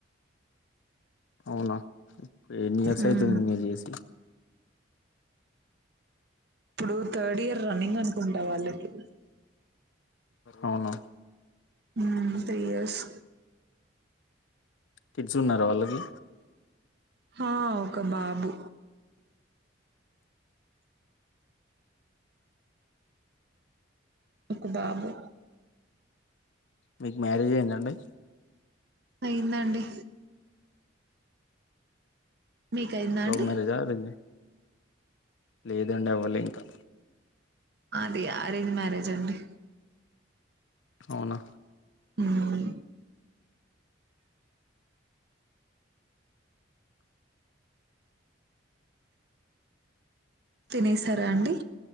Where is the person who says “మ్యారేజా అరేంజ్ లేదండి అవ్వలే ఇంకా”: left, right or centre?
Left